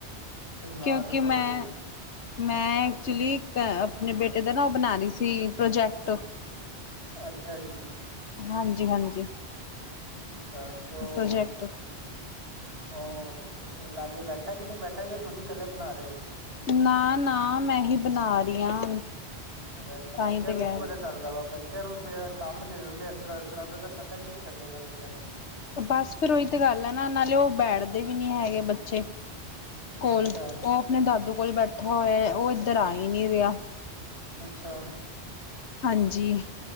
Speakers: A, on the right; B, on the left.
A: ਫਿਰ ਨਾ
B: ਕਿਉਂਕਿ
A: ਦੱਸੋ
B: ਮੈਂ
A: ਕੋਈ ਨਾ
B: ਮੈਂ ਐਕਚੁਲੀ ਅ ਆਪਣੇ ਬੇਟੇ ਦਾ ਨਾ ਉਹ ਬਣਾ ਰਹੀ ਸੀ ਪ੍ਰੋਜੈਕਟ
A: ਅੱਛਾ ਜੀ
B: ਹਾਂਜੀ- ਹਾਂਜੀ
A: ਅੱਛਾ ਤੋਂ
B: ਪ੍ਰੋਜੈਕਟ
A: ਅ ਉਹ ਲਾਗੇ ਬੈਠਾ ਕਿ ਨਹੀਂ ਬੈਠਾ ਜ ਤੁਸੀਂ ਇਕੱਲੇ ਬਣਾ ਰਹੇ ਹੋ
B: ਨਾ ਨਾ ਮੈਂ ਹੀ ਬਣਾ ਰਹੀ ਹਾਂ
A: ਅੱਛਾ -ਅੱਛਾ
B: ਤਾਂ
A: ਬੱਚਿਆਂ
B: ਹੀ ਤੇ
A: ਨੂੰ
B: ਕਹਿ
A: ਕੀ ਪਤਾ
B: ਰਹੀ
A: ਚੱਲਦਾ ਵਾ ਬੱਚਿਆਂ ਨੂੰ ਕੰਮ ਦੇ ਦਿੰਦੇ ਇਸ ਤਰ੍ਹਾਂ ਇਸ ਤਰ੍ਹਾਂ ਦਾ ਤਾਂ ਪਤਾ ਕਿਵੇਂ ਚੱਲੇਗਾ ਬੱਚਿਆਂ ਨੂੰ
B: ਬਸ ਫੇਿਰ ਉਹੀ ਤੇ ਗੱਲ ਹੈ ਨਾ ਨਾਲੇ ਉਹ ਬੈਠਦੇ ਵੀ ਨੀ ਹੈਗੇ ਬੱਚੇ ਕੋਲ
A: ਅੱਛਾ
B: ਉਹ ਆਪਣੇ ਦਾਦੂ ਕੋਲ ਬੈਠਾ ਹੋਇਆ ਉਹ ਇੱਧਰ ਆ ਹੀ ਨਹੀ ਰਿਹਾ
A: ਅੱਛਾ
B: ਹਾਂਜੀ